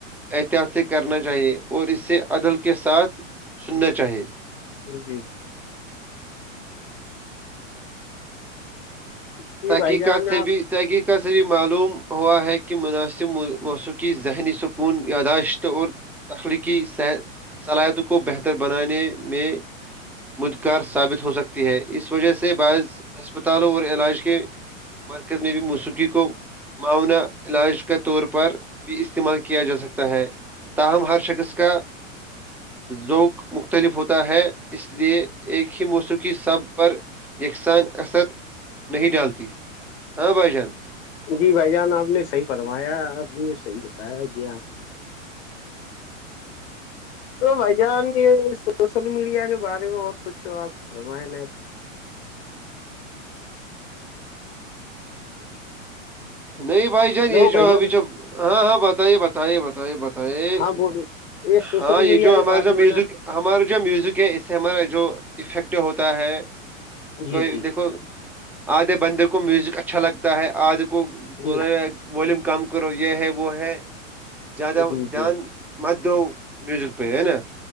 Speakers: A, in the centre; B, on the left.
A: احتیاط سے کرنا چاہیے اور اسے عدل کے ساتھ سننا چاہیے
B: جی <inaudible> جی
A: تحقیقات
B: بھائی جان
A: سے
B: آپ
A: بھی <unintelligible> تحقیق کا سے بھی معلوم ہوا ہے کہ مناسب موسیقی ذہنی سکون یاداشت اور تخلیقی صلاحیتوں کو بہتر بنانے میں مدکار ثابت ہو سکتی ہے اس وجہ سے بعض ہسپتالوں اور علاج کے مرکز نے بھی موسیقی کو <unintelligible> معاون علاج کا طور پر بھی استعمال کیا جا سکتا ہے تاہم ہر شخص کا ذوک مختلف ہوتا ہے اس لیے ایک ہی موسیقی سب پر یکساں اثر نہیں ڈالتی ہاں بھائی جان
B: جی بھائی جان آپ نے صحیح فمایا آپ نے صحیح بتایا یہ آپ تو بھ جان یہ سوشل میڈیا کے بارے میں اور کچھ ہو آپ فرمائیں ن
A: نہیں بھائی جان
B: ہلو
A: یہ جو
B: بھائی جان
A: ابھی جو ہاں ہاں بتائیے بتائیے بتائیے بتے
B: ہاں بولو یہ سوشل
A: ہاں یہ
B: میڈیا
A: جو
B: کے
A: ہمارے
B: بارے
A: س میوزک
B: میں نا
A: ہمارا جو میوزک ہے اس سے ہمارا جو افیکٹو ہوتا ہے
B: جی
A: کوئی
B: جی
A: دیکھو آدھے بندے کو میوزک اچھا لگتا ہے آدھے کو پورے
B: جی
A: والوم کم کرو یہ ہے وہ ہے زیادہ
B: جی
A: دھیان
B: جی
A: مادو میوزک پہ ہے نا